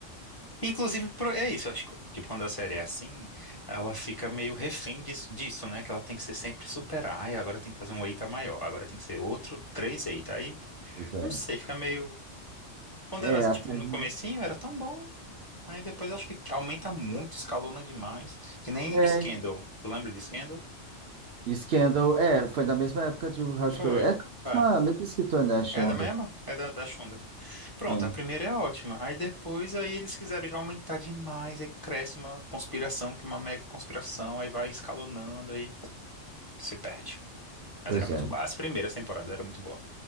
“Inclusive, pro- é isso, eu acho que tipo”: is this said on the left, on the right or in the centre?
Left